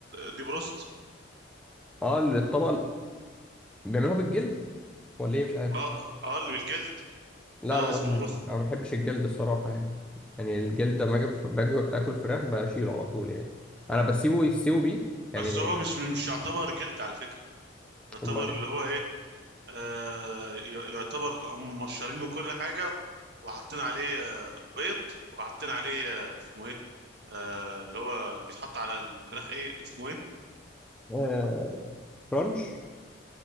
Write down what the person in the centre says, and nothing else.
اه الطبق بيعملوها بالجلد ولا ايه مش عارف
لا
ما
بحب
ما بحبش الجلد الصراحه يعني يعني الجلد ده ما اجي باجي اكل فراخ بشيله على طول يعني انا بسيبه يستوي بيه يعني
امال
ايه
آه، رانش